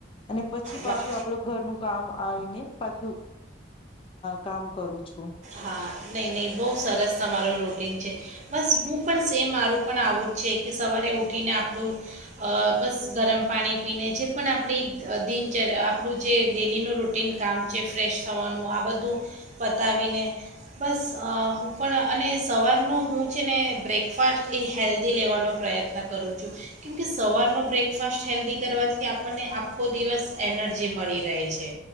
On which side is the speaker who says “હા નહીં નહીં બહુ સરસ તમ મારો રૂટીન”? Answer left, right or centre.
Right